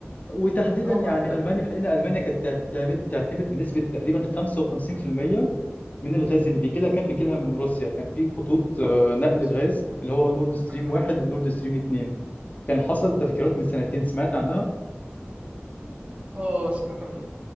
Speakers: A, on the left; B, on the right.
A: وتحديدا
B: اه
A: يعني
B: معاك في ده
A: ألمانيا لأن ألمانيا كانت تعتمد تعتمد بنسبة تقريبا 55% من الغاز اللي بيجي لها كان بيجي لها من روسيا كان في خطوط آه،
B: بالظبط
A: نقل الغاز اللي هو نورد ستريم
B: اه
A: 1 ونورد ستريم اتنين، كان حصل تفجيرات من سنتين سمعت عنها
B: آه، سمعت عنه